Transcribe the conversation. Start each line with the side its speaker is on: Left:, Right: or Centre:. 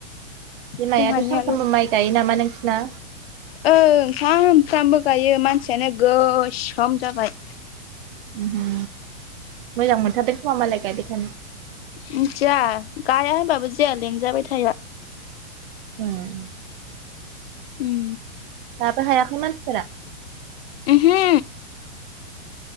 Right: बिमायाथ'
Left: जोंहानियाल'
Right: सानफ्रामबो माइ गायो नामा नोंसिना?
Left: ओं सामफ्रामबो गाइयो मानसियानो गोसोम जाबाय।
Right: ओहो मोजां मोनथारदों खोमा मालाय गायबाय थानो।
Left: मिनथिया गाइया होनबाबो जाया लेंजाबाय थायो।
Right: ए
Left: उम
Right: दाबो हायाखै मानसिफोरा?
Left: ओहो।